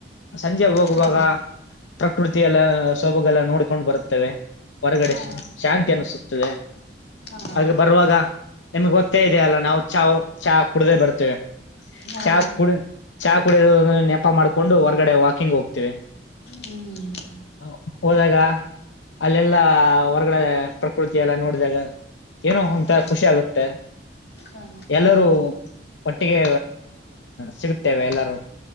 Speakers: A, on the left; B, on the left.
A: ಸಂಜೆ ಹೋಗುವಾಗ
B: ಹಾ
A: ಪ್ರಕೃತಿಯ ಎಲ್ಲ ಸೊಬಗೆಲ್ಲ ನೋಡ್ಕೊಂಡು ಬರುತ್ತೇವೆ ಹೊರಗಡೆ
B: ಹಾ
A: ಶಾಂತಿ ಅನ್ನಿಸುತ್ತದೆ
B: ಹಾ
A: ಹಾಗೆ ಬರುವಾಗ ನಿಮ್ಗೆ ಗೊತ್ತೇ ಇದೆ ಅಲ್ಲ ನಾವು ಚಹ ಚಹ ಕುಡ್ದೇ ಬರ್ತೇವೆ
B: ಹಾ
A: ಚಹ ಕು ಚಹ ಕುಡ ನೆಪ ಮಾಡಕೊಂಡು ಹೊರ್ಗಡೆ ವಾಕಿಂಗ್ ಹೋಗ್ತೇವಿ.
B: ಹ್ಮ್
A: <unintelligible> ಹೋದಾಗ ಅಲ್ಲೆಲ್ಲ ಹೊರ್ಗಡೆ ಪ್ರಕೃತಿ ಎಲ್ಲ ನೋಡಿದಾಗ ಏನೋ ಒಂತರ
B: ಹಾ
A: ಖುಷಿ ಆಗುತ್ತೆ
B: ಹಾ
A: ಎಲ್ಲರೂ ಒಟ್ಟಿಗೆ ಸಿಗುತ್ತೇವೆ ಎಲ್ಲಾರೂ